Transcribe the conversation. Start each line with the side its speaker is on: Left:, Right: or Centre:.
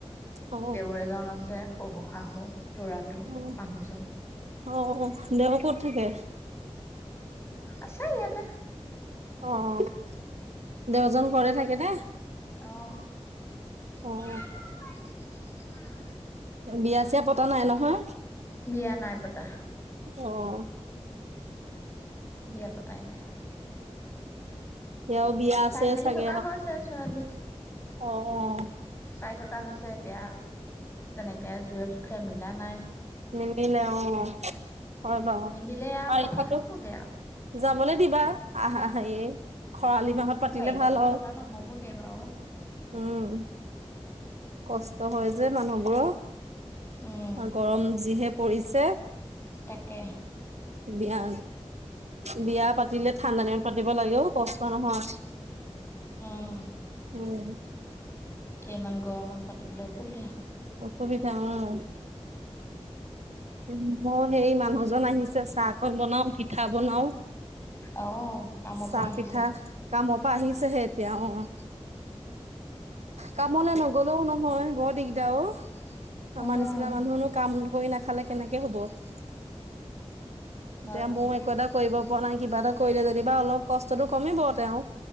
Right: অ
Left: দেউৰ এজন আছে। শহু শাহু লৰাটো
Right: অ
Left: মানুহজন।
Right: অ দেও ক'ত থাকে
Left: আছে ইয়াতে।
Right: অ', অ', দেউজন ঘৰে থাকে নে।
Left: অহ
Right: অ
Left: <unintelligible>
Right: বিয়া চিয়া পতা নাই নহয়
Left: বিয়া নাই পতা।
Right: অহ।
Left: বিয়া পতাই নাই।
Right: ইয়াৰো বিয়া আছে
Left: চাই মেলি
Right: চাগে
Left: থকা
Right: আৰু
Left: হৈছে ছোৱালী।
Right: অ', অ'।
Left: চাই থকা হৈছে এতিয়া তেনেকে জোৰে জোখে মিলা নাই।
Right: নিমিলে অ হয় বাৰু
Left: মিলিলে আৰু
Right: বাৰিষাতো
Left: পতা হ'ব গে আৰু।
Right: যাবলৈ দিবা আহ আহ এ খৰালি মাহত পাতিলে
Left: বাৰিষাতো
Right: ভাল আৰু
Left: পতা নহ'বগে বাৰু।
Right: উম, কষ্ট হয় যে মানুহবোৰৰ।
Left: উম,
Right: আ গৰম যিহে পৰিছে।
Left: তাকে। <inaudible>
Right: বিয়া বিয়া পাতিলে ঠাণ্ডা দিনত পাতিব লাগেও কষ্ট নহয়
Left: উম,
Right: উম।
Left: কেইমান গৰমত পাতিবলৈ অসুবিধা।
Right: অসুবিধা উম। উম মোৰ সেই মানুহজন আহিছে চাহ অকন বনাও পিঠা বনাও।
Left: অ', কামৰ
Right: চাহ
Left: পৰা আহিছে।
Right: পিঠা কামৰ পৰা আহিছেহে এতিয়া অ'। কামলে নগ'লেও নহয় বৰ দিগদাৰ অ'। আমাৰ
Left: অ',
Right: নিচিনা মানুহনো কাম কৰি নাখালে কেনেকে হ'ব এতিয়া
Left: হয় বাৰু।
Right: ময়ো একো এটা কৰিব পৰা নাই কিবা এটা কৰিলে যেনিবা অলপ কষ্টটো কমিব তেওঁৰ।